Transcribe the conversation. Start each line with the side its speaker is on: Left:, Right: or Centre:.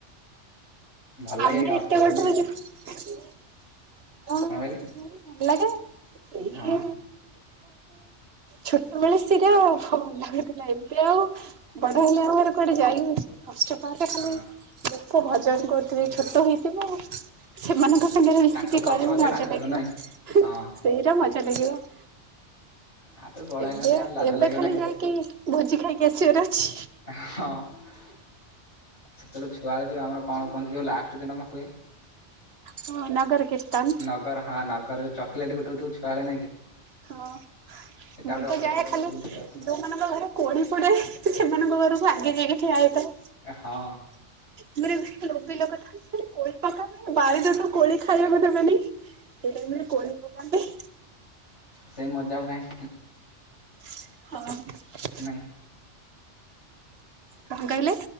Left: ଭଲ ଲାଗେ
Right: ଆମେ
Left: ଏକା
Right: ଏତେ
Left: ଅଷ୍ଟପ୍ରହରୀ
Right: ବାଟରୁ
Left: ନାଇଁ
Right: ଯିବୁ <unintelligible>
Left: କଣ କହିଲେ
Right: ଝିଅ ପିଲାହେଇକି
Left: ହଁ
Right: ଛୋଟବେଳେ ସେଟା ଭଲଲାଗୁଥିଲା ଏବେ ଆଉ ବଡ଼ ହେଲେ ଆଉ କଣ କୁଆଡ଼େ ଯାଇ ହଉଛି ଅଷ୍ଟ ପାହାଟ ଖାଲି
Left: ହଁ।
Right: ଲୋକ ଭଜନ କରୁଥିବେ ଛୋଟ ହେଇଥିବ ଆଉ। ସେମାନଙ୍କ ସାଙ୍ଗରେ ମିଶିକି
Left: ତାଙ୍କ ପଛେ
Right: କରିବୁ
Left: ପଛେ
Right: ମଜା
Left: ନାଚୁଥିବ
Right: ଲାଗିବ
Left: ନାଇଁ
Right: ହୁ
Left: ହଁ
Right: ସେଇରା ମଜା ଲାଗିବ।
Left: ଆବେ ବଡ
Right: ଏବେ
Left: ହେଲାଣି ଆଉ ଲାଜ
Right: ଏବେ
Left: ଲାଗିବ
Right: ଖାଲି
Left: ନାଇଁ କି
Right: ଯାଇକି ଭୋଜି ଖାଇକି ଆସିବାର ଅଛି।
Left: ହଁ ସେତେବେଳେ ଛୁଆବେଳେ ଯୋଉ ଆମର କଣ କୁହନ୍ତି ଯୋଉ ଲାଷ୍ଟେ ଦିନ ହୁଏ?
Right: ହଁ ନଗର କୀର୍ତ୍ତନ
Left: ନଗର ହଁ ନଗର ଯୋଉ ଚକଲେଟ ଗୋଟଉ ଥିବୁ ଛୁଆବେଳେ ନାଇଁ କି।
Right: ହଁ
Left: ସେଟା
Right: ମୁଁ
Left: ଗୋଟେ ଅଲଗା
Right: ତ ଯାଏ
Left: ପ୍ରକାର
Right: ଖାଲି
Left: ଫିଲିଙ୍ଗସ୍
Right: ଯୋ
Left: ଟା ଆସିବ।
Right: ସେମାନଙ୍କ ଘରେ କୋଳି ପୋଡ଼େ ସେମାନଙ୍କ ଘରକୁ ଆଗେ ଯାଇକି ଠିଆ ହେଇଥାଏ।
Left: ହଁ।
Right: ଆଗରେ ଏମିତି ଲୋଭି ଲୋକ ଥାଆନ୍ତି ମାନେ କୋଳି ପକାନ୍ତି ବାରିରେ ସେ କୋଳି ଖାଇବାକୁ ଦେବେନି। ସେଇ ଟାଇମିରେ କୋଳି ପକାନ୍ତି।
Left: ସେଇ ମଜା ଆଉ କାହିଁ
Right: ହଁ।
Left: ନାଇଁ।
Right: କଣ କହିଲେ?